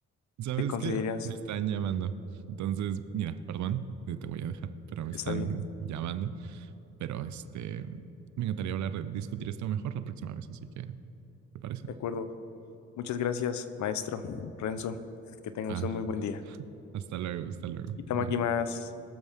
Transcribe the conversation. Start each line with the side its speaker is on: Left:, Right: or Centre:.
Right: ¿Sabes
Left: ¿Te consideras,
Right: qué? Me están llamando. Entonces, mira, perdón, eh, te voy a dejar, pero me
Left: está
Right: están
Left: bien,
Right: llamando. Pero este, me encantaría hablar, discutir esto mejor la próxima vez, así que, ¿te parece?
Left: de acuerdo? Muchas gracias, maestro Renzo. Que tenga
Right: Va.
Left: usted un muy buen día.
Right: <laughs> Hasta luego, hasta luego.
Left: Y
Right: Bye.
Left: más.